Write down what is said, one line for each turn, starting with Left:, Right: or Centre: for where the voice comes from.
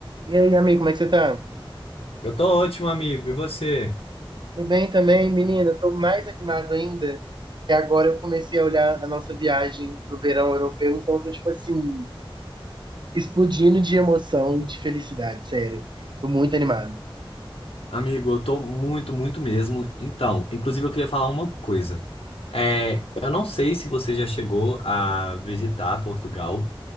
Right: E aí, amigo, como é que você tá?
Left: Eu tô ótimo, amigo. E você?
Right: Tudo bem também, menina? Tô mais animado ainda, que agora eu comecei a olhar a nossa viagem pro verão europeu, então eu tô, tipo assim, explodindo de emoção e de felicidade, sério. Tô muito animado.
Left: Amigo, eu tô muito, muito mesmo. Então, inclusive eu queria falar uma coisa. É, eu não sei se você já chegou a visitar Portugal,